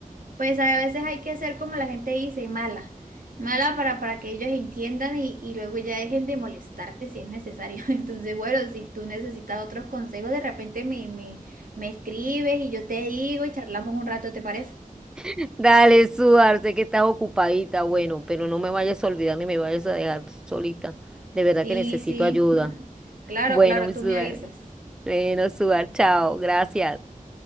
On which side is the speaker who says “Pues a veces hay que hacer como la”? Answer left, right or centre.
Right